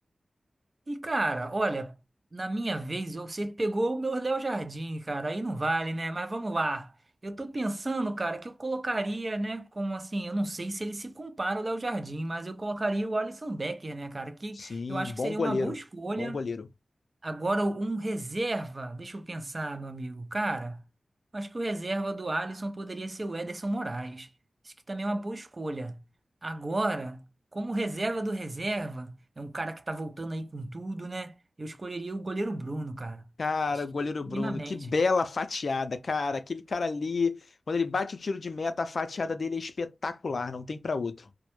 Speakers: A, on the right; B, on the left.
A: E, cara, olha, na minha vez, você pegou o meu Léo Jardim, cara. Aí não vale, né? Mas vamos lá. Eu tô pensando, cara, que eu colocaria, né? Como assim? Eu não sei se ele se compara ao Léo Jardim, mas eu colocaria o Alisson Becker, né, cara? Que
B: Sim,
A: eu acho
B: bom
A: que seria
B: goleiro.
A: uma boa escolha.
B: Bom goleiro.
A: Agora, um reserva, deixa eu pensar, meu amigo. Cara, acho que o reserva do Alisson poderia ser o Ederson Moraes. Isso que também é uma boa escolha. Agora, como reserva do reserva, é um cara que tá voltando aí com tudo, né? Eu escolheria o goleiro Bruno, cara.
B: Cara,
A: Acho
B: o goleiro
A: que minimamente.
B: Bruno, que bela fatiada, cara. Aquele cara ali, quando ele bate o tiro de meta, a fatiada dele é espetacular, não tem pra outro.